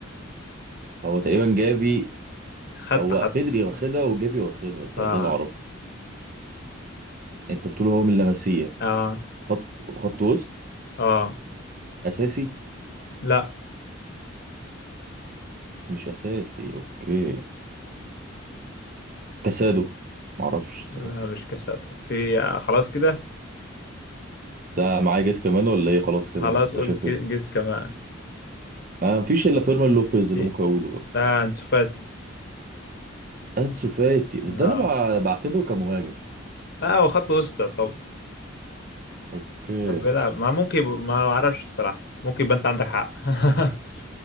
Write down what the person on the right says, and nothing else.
هو تقريبا جافي
هو
بيدري واخدها وجافي واخدها ده
ده اللي اعرفه انت بتقول هو من لاماسيا
خط خط وسط
اساسي
مش اساسي اوكي كاسادو معرفش صراحه
ده معايا جيس كمان ولا ايه خلاص كده
انت
شايف
ايه
انا مفيش الا فيرمان لوبيز اللي
ممكن اقوله بقى
انسو فاتي بس
ده انا بع- بعتبره كمهاجم
اوكي